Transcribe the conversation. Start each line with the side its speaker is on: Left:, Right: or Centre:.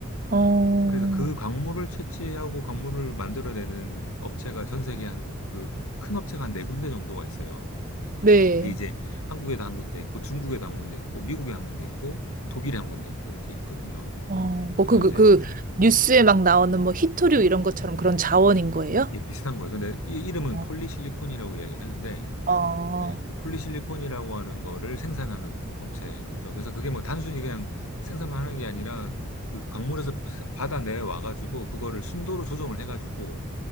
Right: 어,
Left: 그래서 그 광물을 채취하고 광물을 만들어내는 업체가 전 세계 한, 그, 큰 업체가 한 네 군데 정도가 있어요.
Right: 네.
Left: 그게 이제 한국에도 한 군데 있고 중국에도 한 군데 있고 미국에 한 군데 있고 독일에 한 군데 있고 이렇게 있거든요.
Right: 어, 뭐
Left: 저는
Right: 그, 그,
Left: 이제
Right: 그, 뉴스에 막 나오는 뭐 히토류 이런 것처럼 그런 자원인 거예요?
Left: 이게 비슷한 거예요. 근데 이 이름은
Right: 어,
Left: 폴리실리콘이라고 이야기를 하는데
Right: 어,
Left: 예, 그 폴리실리콘이라고 하는 거를 생산하는 업체인 거죠. 그래서 그게 뭐 단순히 그냥 생산만 하는 게 아니라 그 광물에서 바다 내에 와가지고 그거를 순도로 조정을 해가지고